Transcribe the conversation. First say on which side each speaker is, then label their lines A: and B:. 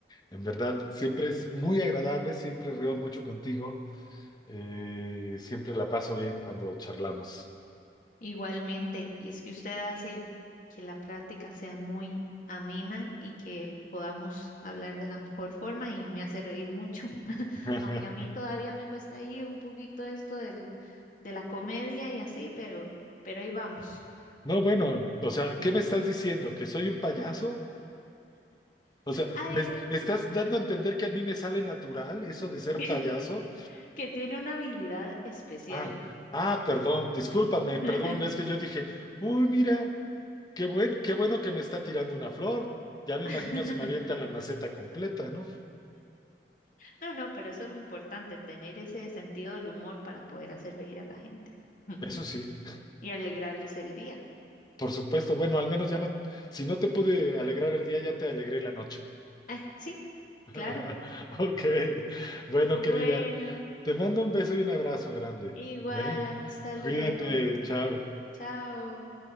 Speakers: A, on the left; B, on the left.
A: en verdad, siempre es muy agradable, siempre río mucho contigo. Eh, siempre la paso bien cuando charlamos.
B: Igualmente, y es que usted hace que la práctica sea muy amena y que podamos hablar de la mejor forma y me hace reír mucho.
A: <laughs>
B: aunque a mí todavía me cuesta ahí un poquito esto del, de la comedia y así, pero, pero ahí vamos.
A: No, bueno, o sea, ¿qué me estás diciendo? ¿Que soy un payaso? O sea,
B: Ay,
A: ¿me es- estás dando a entender que a mí me sale natural eso de ser
B: <laughs>
A: payaso?
B: que tiene una habilidad especial.
A: Ah, ah, perdón, discúlpame,
B: <laughs>
A: perdón, es que yo dije, uy, mira. Qué buen, qué bueno que me está tirando una flor. Ya me
B: <laughs>
A: imagino si me avientan la maceta completa, ¿no?
B: No, no, pero eso es lo importante, tener ese sentido del humor para poder hacer reír a la gente <laughs>
A: Eso sí,
B: y alegrarles el día.
A: por supuesto. Bueno, al menos ya no, si no te pude alegrar el día, ya te alegré la noche.
B: Ay, sí,
A: <laughs>
B: claro.
A: Ok, bueno,
B: Bueno,
A: querida, te mando un beso y un abrazo grande,
B: igual,
A: ¿eh?
B: hasta luego.
A: Cuídate, chao.
B: Chao.